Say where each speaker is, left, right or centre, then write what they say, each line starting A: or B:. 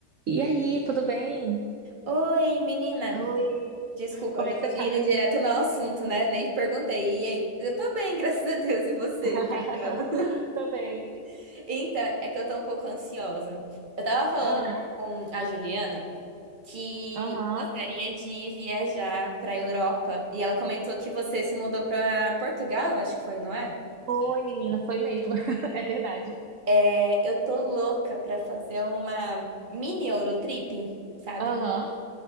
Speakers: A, on the right; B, on the right.
A: E aí, tudo bem?
B: Oi, menina.
A: Oi,
B: Desculpa,
A: Como
B: eu já
A: é que
B: tô
A: você tá?
B: indo direto no assunto, né? Nem perguntei. E aí? Eu tô bem, graças a Deus. E você?
A: <laughs>
B: Perdão.
A: Tô bem.
B: <laughs> Então, é que eu tô um pouco ansiosa. Eu tava falando
A: Ah,
B: com a Juliana que
A: Aham.
B: eu gostaria de viajar pra Europa. E ela comentou que você se mudou pra Portugal, eu acho que foi, não é?
A: Foi, menina, foi mesmo. <laughs> É verdade.
B: É, eu tô louca pra fazer uma mini Eurotrip, sabe?
A: Aham.